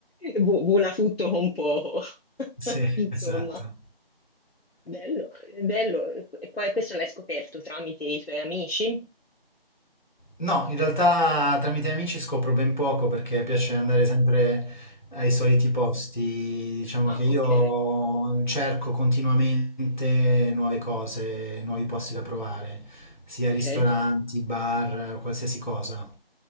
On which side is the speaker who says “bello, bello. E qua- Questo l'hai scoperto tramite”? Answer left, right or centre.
Left